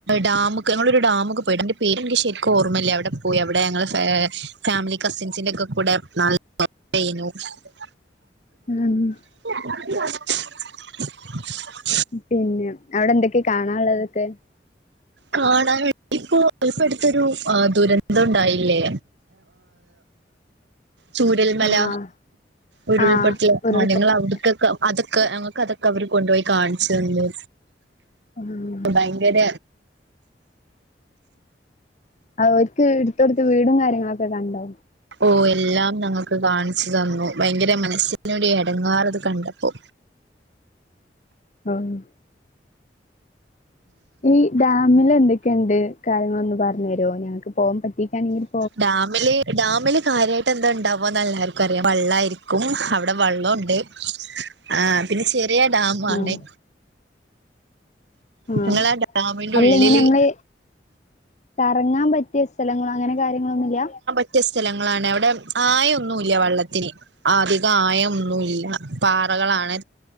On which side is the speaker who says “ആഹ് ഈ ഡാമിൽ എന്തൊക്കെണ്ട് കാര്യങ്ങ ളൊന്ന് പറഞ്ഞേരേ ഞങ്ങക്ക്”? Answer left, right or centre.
Left